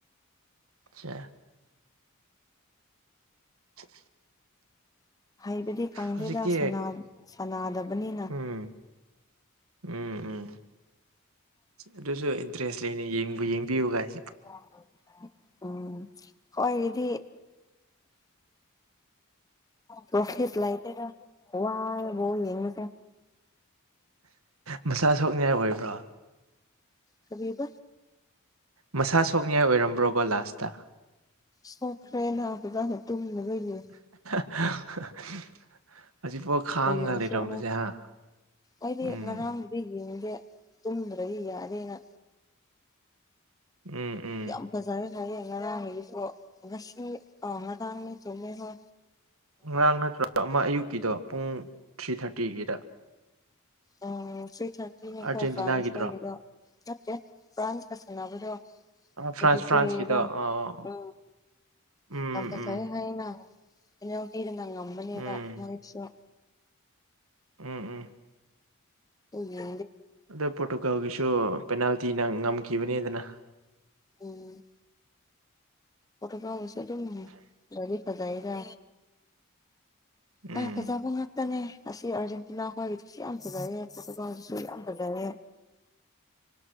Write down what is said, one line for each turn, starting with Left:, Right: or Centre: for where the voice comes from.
Right: ꯑ <inaudible>
Left: ꯍꯥꯏꯕꯗꯤ ꯀꯥꯡꯗꯦꯗ
Right: ꯍꯧꯖꯤꯛꯇꯤ
Left: ꯁꯅꯥꯗꯕꯅꯤꯅ
Right: ꯎꯝ ꯎꯝ ꯎꯝ ꯑꯗꯨꯁꯨ ꯏꯟꯇꯔꯦꯁ ꯂꯩꯅ ꯌꯦꯡꯕꯨ ꯌꯦꯡꯕꯤꯌꯨꯒꯥꯏ
Left: ꯑꯣ ꯎꯝ ꯍꯣꯏ ꯑꯗꯨꯗꯤ ꯄꯣꯐꯦꯠ ꯂꯥꯏꯇꯦꯒ ꯋꯥ ꯣ ꯌꯦꯁꯦ
Right: ꯃꯆꯥ ꯁꯣꯛꯅꯤꯡꯉꯥꯏ ꯑꯣꯏꯕ꯭ꯔꯥ
Left: ꯀꯕꯤꯕ
Right: ꯃꯁꯥ ꯁꯣꯛꯅꯤꯡꯉꯥꯏ ꯑꯣꯏꯔꯝꯕ꯭ꯔꯣꯕ ꯂꯥꯁꯇ
Left: ꯁꯣꯈ꯭ꯔꯦꯅꯗ ꯇꯨꯕꯤꯅ ꯂꯩꯏꯌꯦ
Right: <inaudible> ꯈꯥꯡꯉ
Left: ꯍ ꯌꯦꯡꯁꯨ
Right: ꯂꯩꯔꯝꯕꯁꯦ
Left: ꯑꯃ
Right: ꯍꯥ
Left: ꯑꯩꯗꯤ
Right: ꯎꯝ
Left: ꯉꯔꯥꯡꯕꯨꯗꯤ ꯌꯦꯡꯉ ꯦ ꯇ꯭ꯔ ꯏ ꯑꯗꯦꯅ
Right: ꯎꯝ ꯎꯝ
Left: ꯌꯥꯝ ꯐꯖꯔꯦ ꯍꯥꯏꯌꯦꯦ ꯉꯔꯥꯡꯒꯤꯁꯨ ꯉꯁꯤ ꯑ ꯉꯔꯥꯡꯅꯤ ꯁꯨꯍ
Right: ꯉꯔꯥꯡ ꯅꯠꯇ꯭ꯔ ꯑꯃ ꯑꯌꯨꯛꯀꯤꯗꯣ ꯄꯨꯡ ꯊ꯭ꯔꯤ ꯊꯥꯔꯇꯤꯒꯤꯗ
Left: ꯑꯣ ꯊ꯭ꯔꯤ ꯊꯥꯔꯇꯤꯅꯦꯀꯣ
Right: ꯑꯥꯔꯖꯦꯟꯇꯤꯅꯥꯒꯤꯗ꯭ꯔꯣ
Left: ꯐ꯭ꯔꯥꯟꯁꯈꯣꯏꯒꯤꯗ ꯃꯦ ꯄ꯭ꯔꯥꯥꯟ ꯐꯁꯅꯕꯗꯨ
Right: ꯐ꯭ꯔꯥꯟꯁ
Left: ꯑꯗꯨꯒꯦꯔ
Right: ꯐ꯭ꯔꯥꯟꯁꯀꯤꯗꯣ ꯑꯥ
Left: ꯑ
Right: ꯎꯝ
Left: ꯌꯥꯝ ꯄꯁꯥꯏ
Right: ꯎꯝ
Left: ꯍꯥꯏꯅ ꯑ ꯉꯣꯇꯤꯅ ꯉꯝꯕꯅꯤꯕ
Right: ꯎꯝ
Left: ꯃꯣꯏꯆꯣ
Right: ꯎꯝ ꯎꯝ
Left: ꯎꯦ
Right: ꯑꯗ ꯄꯣꯔꯇꯨꯒꯥꯜꯒꯤꯁꯨ ꯄꯦꯅꯥꯜꯇꯤꯅ ꯉꯝꯈꯤꯕꯅꯤꯗꯅ
Left: ꯎꯝ ꯐꯇꯒ꯭ꯔꯁ ꯑꯗꯨ ꯂꯗꯤ ꯐꯖꯗ
Right: ꯎꯝ
Left: ꯄꯥꯏ ꯐꯖꯥꯕ ꯉꯥꯛꯇꯅꯦ ꯑꯁꯤ ꯑꯥꯔꯖꯦꯟꯇꯤꯅꯥ ꯈ ꯑꯣꯏꯒꯤꯗꯨꯁꯨ ꯌꯥꯝ ꯐꯖꯔꯦ ꯄꯣꯔꯇꯨꯒꯜꯁꯤꯁꯨ ꯌꯥꯝ ꯐꯖꯔꯦ